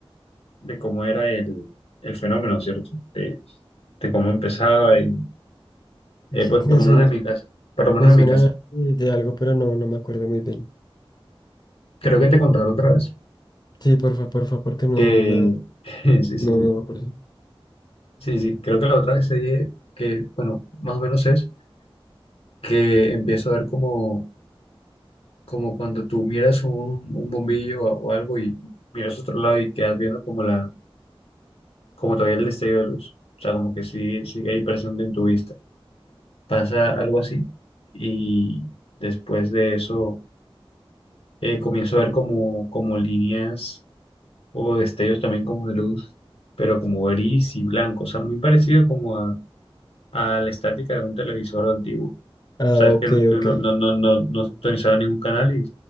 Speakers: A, on the left (about 80°); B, on the left (about 45°).
A: de cómo era el, el fenómeno, ¿cierto? De, de cómo empezaba y, eh,
B: que-
A: pues por
B: me
A: lo
B: suena,
A: menos en mi casa, por lo menos
B: me
A: en
B: suena
A: mi casa.
B: de, de algo, pero no, no me acuerdo muy bien.
A: Creo que te contaron otra vez
B: Sí, porfa, porfa, porque no,
A: que,
B: la,
A: <laughs> sí, sí, sí,
B: no, no me acuerdo.
A: sí, sí, creo que la otra vez te dije que, bueno, más o menos es que empiezo a ver como, como cuando tú miras un, un bombillo o, o algo y miras otro lado y quedas viendo como la, como todavía el destello de luz. O sea, como que sí, sigue ahí presente en tu vista. Pasa algo así y después de eso eh, comienzo a ver como, como líneas o destellos también como de luz, pero como gris y blanco, o sea, muy parecido como a, a la estática de un televisor antiguo.
B: Ah,
A: O sea,
B: ok,
A: es que no,
B: ok.
A: no, no, no, no, no no sintonizaba ningún canal y